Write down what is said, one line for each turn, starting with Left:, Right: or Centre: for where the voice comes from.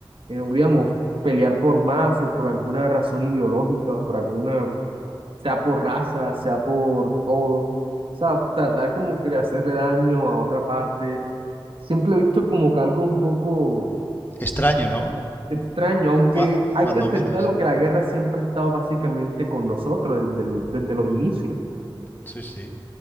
Right: eh, digamos, pelear por más o por alguna razón ideológica o por alguna sea por raza, sea por todo, o sea, tratar como que de hacerle daño a otra parte, siempre lo he visto como que algo un poco
Left: Extraño, ¿no?
Right: extraño, aunque
Left: Cua-
Right: hay
Left: cuando
Right: que aceptar
Left: menos.
Right: lo que la guerra siempre ha estado básicamente con nosotros desde, el- desde los inicios.
Left: Sí, sí.